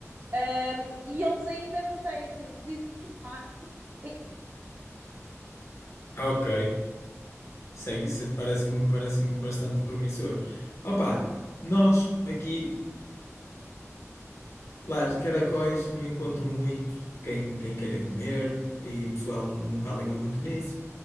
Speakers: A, on the right; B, on the left.
A: Um, e eles ainda não têm, porque dizem que lá em
B: Ok, sei, isso parece-me parece-me bastante promissor. Opa, nós aqui Lá, os caracóis não encontro muito quem, quem queira comer e o pessoal nunca alinha muito nisso,